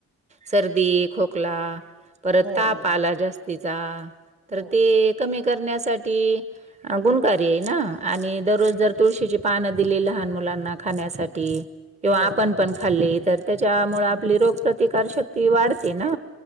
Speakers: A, on the right; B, on the right.
A: सर्दी, खोकला, परत
B: हो.
A: ताप आला जास्तीचा.
B: हो
A: तर ते कमी करण्यासाठी गुणकारी आहे ना. आणि दररोज
B: हम्म.
A: जर तुळशीची पानं दिली लहान मुलांना खाण्यासाठी. किंवा
B: हो
A: आपण पण खाल्ली तर त्याच्यामुळ आपली रोगप्रतिकार शक्ती वाढते ना.